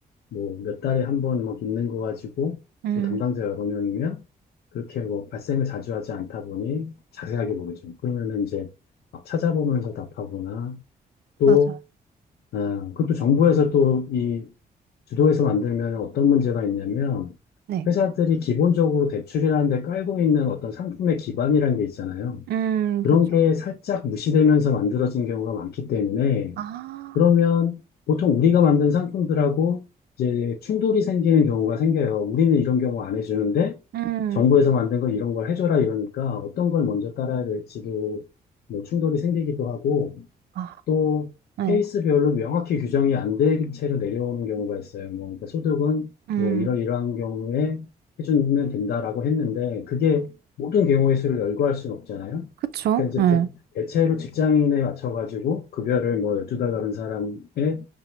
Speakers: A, on the left; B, on the right.
A: 뭐 몇 달에 한 번 뭐 있는 거 가지고
B: 음,
A: 또 담당자가 여러 명이면 그렇게 뭐 발생을 자주 하지 않다 보니 자세하게 모르죠. 그러면은 이제 막 찾아보면서 답하거나 또
B: 맞아요.
A: 어, 그것도 정부에서 또 이 주도해서 만들면 어떤 문제가 있냐면
B: 네,
A: 회사들이 기본적으로 대출이라는 데 깔고 있는 어떤 상품의 기반이라는 게 있잖아요.
B: 음,
A: 그런
B: 그쵸.
A: 게 살짝 무시되면서 만들어진 경우가 많기 때문에
B: 아,
A: 그러면 보통 우리가 만든 상품들하고 이제 충돌이 생기는 경우가 생겨요. 우리는 이런 경우 안 해주는데
B: 음,
A: 정부에서 만든 걸 이런 걸 해줘라 이러니까 어떤 걸 먼저 따라야 될지도 뭐 충돌이 생기기도 하고
B: 아,
A: 또
B: 네,
A: 케이스별로 명확히 규정이 안 된 채로 내려오는 경우가 있어요. 뭐, 그러니까 소득은
B: 음,
A: 뭐 이런 이러한 경우에 해주면 된다라고 했는데 그게 모든 경우의 수를 열거할 수는 없잖아요.
B: 그쵸.
A: 그러니까
B: 네,
A: 이제 대, 대체로 직장인에 맞춰가지고 급여를 뭐 12달 다른 사람에